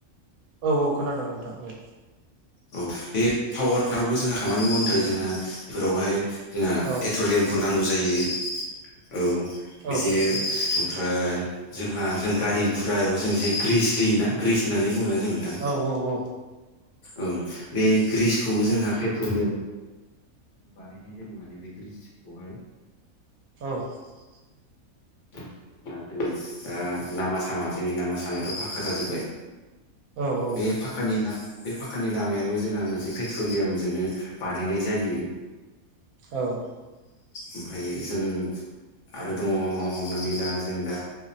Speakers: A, on the right; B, on the left.
A: औ औ खोनादों नोंथां औ
B: औ बे पावार प्लान्टावबो जोंहा खामानि मावनो थाखाय जोंहा बेफोरावहाय जोंहा
A: औ
B: पेट्रलियामखौ नांगौ जायो औ बिदिनो
A: औ
B: ओमफ्राय जोंहा जों गारि गुरायाव जों जे ग्रिस होयोना ग्रिस होनानै बुंङो ना जों नोंथां
A: औ औ
B: ओं बे ग्रिसखौबो जोंहा पेट्रलियाम बानायनाय जायो माने बे ग्रिसखौहाय
A: औ <inaudible>
B: दा जों ओ दा लामा सामा जोंनि लामा सामायाथ' फाखक्का जाजोब्बाय
A: औ
B: बे
A: औ
B: फाक्कानि ला बे फाखानि लामायाबो जोंहा मोनसे पेट्रलियामजोंनो बानायनाय जायो
A: औ
B: ओमफ्राय जों आरो दङ हमनानै ला जों दा